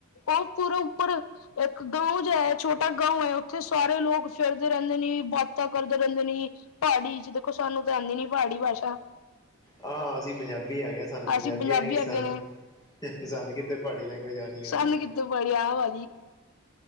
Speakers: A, on the left; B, on the left.
A: ਉਹ ਪੂਰੇ ਉੱਪਰ- ਇੱਕ ਗਾਉ ਜਿਹਾ ਹੈ ਛੋਟਾ ਗਾਉਂ ਹੈ ਉੱਥੇ ਸਾਰੇ ਲੋਕ ਫਿਰਦੇ ਰਹਿੰਦੇ ਨੇ ਬਾਤਾਂ ਕਰਦੇ ਰਹਿੰਦੇ ਨੇ- ਪਹਾੜੀ ਚ, ਦੇਖੋ ਸਾਨੂੰ ਤਾਂ ਆਂਦੀ ਨੀ ਪਹਾੜੀ ਭਾਸ਼ਾ-
B: ਹਾਂ ਅਸੀਂ ਪੰਜਾਬੀ ਹੈਗੇ ਆਂ, ਸਾਨੂੰ ਪੰਜਾਬੀ
A: ਅਸੀਂ
B: ਆਏਗੀ
A: ਹੈਗੇ
B: ਸਾਨੂੰ
A: ਨੇ।
B: ਸਾਨੂੰ ਕਿਥੇ ਪਹਾੜੀ ਲੈਂਗੁਏਜ ਆਉਣੀ ਆੜ
A: ਸਾਨੂੰ
B: ਕੇ
A: ਕਿੱਥੋਂ ਪੜੀ ਆ ਭਾਜੀ